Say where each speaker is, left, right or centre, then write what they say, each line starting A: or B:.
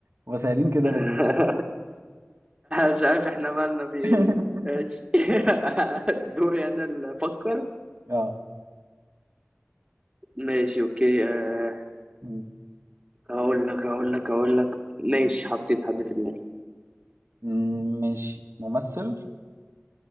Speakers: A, on the right; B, on the right.
A: وسائلين كده
B: <laughs>
A: ليه
B: مش عارف احنا مالنا في ايه
A: <laughs>
B: ماشي <laughs> دوري انا اللي افكر
A: اه
B: ماشي اوكي آه،
A: م-
B: هقول لك هقول لك هقول لك ماشي حطيت حد في دماغي
A: م- ماشي ممثل